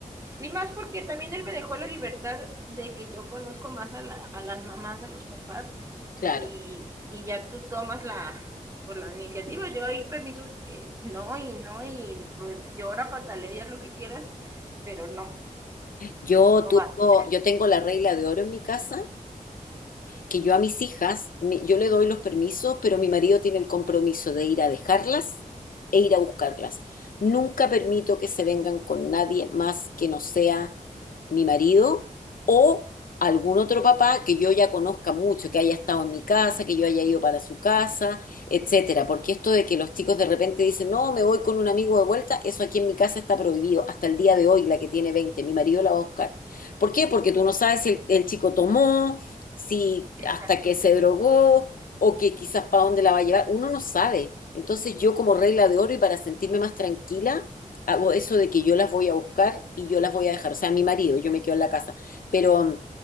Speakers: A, on the right (about 20°); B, on the left (about 85°).
A: Y más porque también él me dejó la libertad de que yo conozco más a, la, a las mamás, a los papás, y,
B: claro.
A: y ya tú tomas la, por la iniciativa. Yo hay permisos que no, y no, y llora, patalea, haz lo que quieras, pero no,
B: Yo,
A: no
B: tu-
A: vas.
B: yo tengo la regla de oro en mi casa que yo a mis hijas, mi- yo le doy los permisos, pero mi marido tiene el compromiso de ir a dejarlas e ir a buscarlas. Nunca permito que se vengan con nadie más que no sea mi marido o algún otro papá que yo ya conozca mucho, que haya estado en mi casa, que yo haya ido para su casa, etcétera. Porque esto de que los chicos de repente dicen, no, me voy con un amigo de vuelta, eso aquí en mi casa está prohibido. Hasta el día de hoy, la que tiene 20 mi marido la va a buscar. ¿Por qué? Porque tú no sabes si el, el chico tomó, si
A: Exacto.
B: hasta que se drogó o que quizás para dónde la va a llevar, uno no sabe. Entonces yo como regla de oro y para sentirme más tranquila, hago eso de que yo las voy a buscar y yo las voy a dejar, o sea, mi marido, yo me quedo en la casa, pero mm,